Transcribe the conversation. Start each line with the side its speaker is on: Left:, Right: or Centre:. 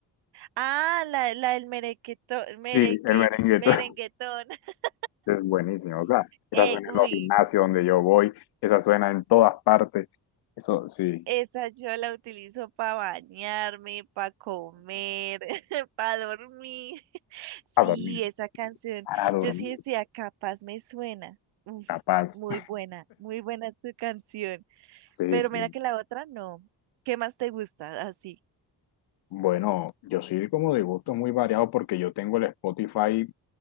Right: Ah, la, la del merequetón, mereque,
Left: Sí, el merengue
Right: merenguetón.
Left: <laughs>
Right: <laughs>
Left: es buenísimo, o sea, esa
Right: Eh,
Left: suena
Right: uy,
Left: en los gimnasios donde yo voy, esa suena en todas partes, eso sí,
Right: esa yo la utilizo para bañarme, para comer, <laughs> para dormir. <laughs> Sí,
Left: a dormir,
Right: esa canción.
Left: para dormir,
Right: Yo sí decía, capaz me suena. Uf,
Left: capaz.
Right: muy
Left: <laughs>
Right: buena, muy buena tu canción.
Left: Sí,
Right: Pero
Left: sí.
Right: mira que la otra no. ¿Qué más te gusta? Así.
Left: Bueno, yo soy como de gusto muy variado porque yo tengo el Spotify